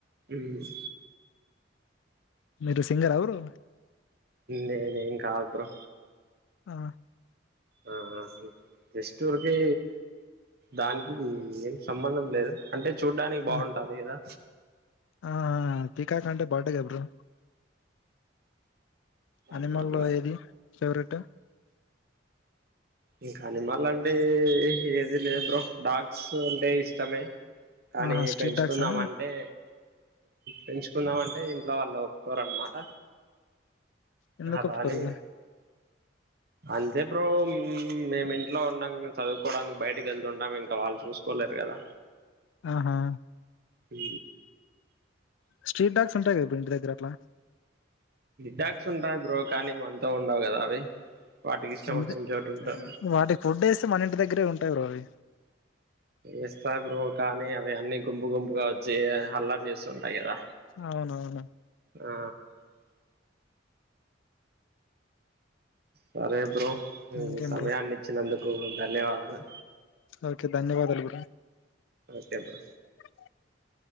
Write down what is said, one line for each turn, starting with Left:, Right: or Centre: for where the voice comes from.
Right: మ్
Left: మీరు సింగరా బ్రో
Right: నేనేం కాదు బ్రో
Left: ఆ
Right: ఆ జస్ట్ ఊరకే దానికీ ఏం సంబంధం లేదు అంటే చూడ్డానికి బావుంటాది
Left: ఆ
Right: కదా
Left: ఆ పికాకంటే బాటగబ్రు
Right: అనిమల్
Left: అనిమల్లో ఏది ఫేవరెట్ టే
Right: ఇంకాని మళ్ళ అంటే ఏది లేదు బ్రో డాగ్స్ అంటే ఇష్టమే కానీ
Left: ఆహా స్ట్రీట్
Right: పెంచుకుందాం
Left: డాగ్సా
Right: అంటే పెంచుకుందాం అంటే లో లో ఒక్కరు అనమాట
Left: ఎందు
Right: అలానే
Left: కొప్పుకోరు బ్రో
Right: అంతే బ్రో మేమి ఇంట్లో ఉండం చదువుకోవడానికి బయటకి వెళ్తు ఉంటము ఇంకా వాళ్ళు చూసుకోలేరు కదా
Left: ఆహా
Right: హ
Left: స్ట్రీట్ డగ్స్ టి దగ్గరట్లా
Right: డాక్స్ ఉంటాయి బ్రో కానీ మతో ఉండవు కదా అవి వాటికి ఇష్టం
Left: ఇంటి
Right: వచ్చిన చోటు ఉంటా
Left: వాటికి ఫుడ్ వేస్తే మన ఇంటి దగ్గరే ఉంటాయి బ్రో అవి
Right: వస్తాయి బ్రో కానీ అవ అన్నీ గుంపు గుంపుగా వచ్చి అల్లారు చేస్తుంటాయి కదా
Left: అవునవును.
Right: ఆ సరే బ్రో
Left: ఇంకేం
Right: ఇ సమయాన్ని
Left: బ్రో
Right: ఇచ్చినందుకు. ధన్యవాదాలు.
Left: ఓకే ధన్యవాదాలు బ్రో.
Right: Okay bro.
Left: <unintelligible>